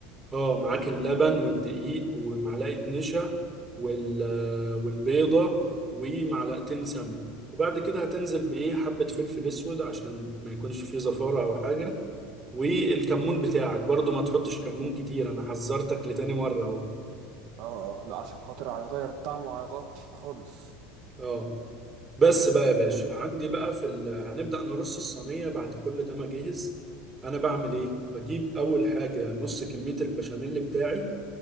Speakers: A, on the right; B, on the right.
A: اه معاك اللبن والدقيق ومعلقه نشا وال... والبيضه ومعلقتين سمنه وبعد كده هتنزل بايه حبه فلفل اسود عشان ما يكونش فيه زفاره او حاجه والكمون بتاعك برضو ما تحطش كمون كتير انا حذرتك لتاني مره اهو
B: اه اه لا عشان خاطر هيغير الطعم وهيغطي خالص
A: اه بس بقى يا باشا
B: حلو
A: عندي بقى في ال... هنبدأ نرص الصينية بعد كل ده ما اجهز انا بعمل ايه بجيب اول حاجة نص كمية البشاميل بتاعي